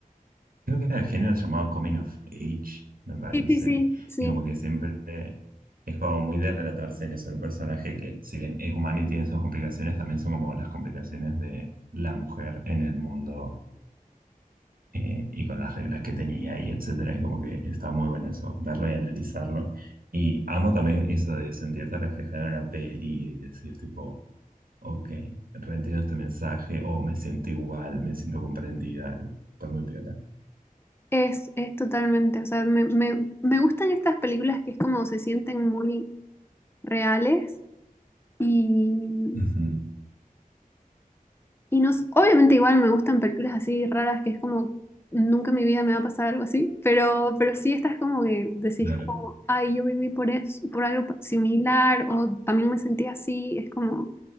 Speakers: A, on the right; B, on the left.
A: Creo que era el género llamado Coming of Age, me parece.
B: Sí, sí, sí, sí.
A: Y como que siempre es como muy de relatarse en eso, en un personaje que, si bien es humano y tiene sus complicaciones, también son como las complicaciones de la mujer en el mundo eh, y con las reglas que tenía y etcétera. Y como que está muy bueno eso, verlo y analizarlo. Y amo también eso de sentirte reflejado en una peli y decir, tipo, ok, reentiendo este mensaje o me siento igual, me siento comprendida. Está muy piola.
B: Es, es totalmente. O sea, me, me, me gustan estas películas que es como se sienten muy reales y,
A: Ujú,
B: y no, s- obviamente igual me gustan películas así raras que es como nunca en mi vida me va a pasar algo así, pero, pero sí estas como que decís
A: claro.
B: como, ay, yo viví por eso, por algo pa- similar o también me sentí así, es como